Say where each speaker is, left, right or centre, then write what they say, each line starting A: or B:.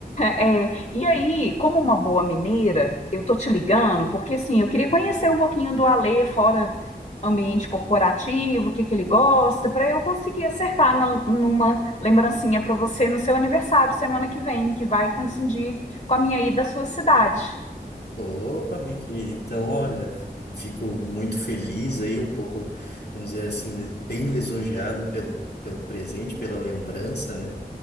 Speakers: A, on the left (about 40°); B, on the left (about 85°).
A: É, e aí, como uma boa mineira, eu tô te ligando porque assim, eu queria conhecer um pouquinho do Alê fora ambiente corporativo, o que que ele gosta, para eu conseguir acertar na- numa lembrancinha para você no seu aniversário semana que vem, que vai coincidir com a minha ida à sua cidade.
B: opa, minha querida. Então, olha, fico muito feliz aí, um pouco, vamos dizer assim, le- bem lisonjeado pelo, pelo presente, pela lembrança, né?